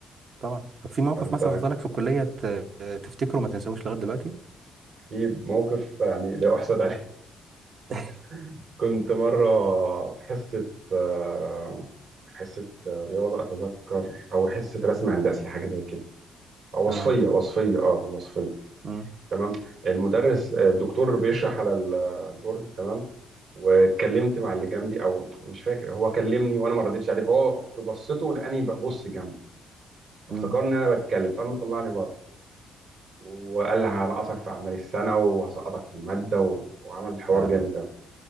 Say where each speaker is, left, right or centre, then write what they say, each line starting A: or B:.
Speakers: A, on the right; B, on the right.
A: طبعا طب في موقف
B: فأنت
A: مثلا حصل لك في الكلية ت- تفتكره ما تنساهوش لغاية دلوقتي
B: أكيد موقف يعني لا أحسد عليه
A: <laughs>
B: <laughs> كنت مرة في حصة آه، في حصة رياضة أتذكر أو حصة رسم هندسي حاجة زي كده وصفية
A: تمام
B: وصفية اه الوصفية
A: مم.
B: تمام المدرس آه، الدكتور بيشرح على ال- آه، البورد تمام واتكلمت مع اللي جنبي او مش فاكر هو كلمني وانا ما ردتش عليه فهو في بصته لاني ببص جنبي افتكر
A: مم.
B: ان انا بتكلم فقام طلعني بره وقال لي هنقصك في اعمال السنه وهسقطك في الماده و... وعمل حوار
A: يا لهوي
B: جامد قوي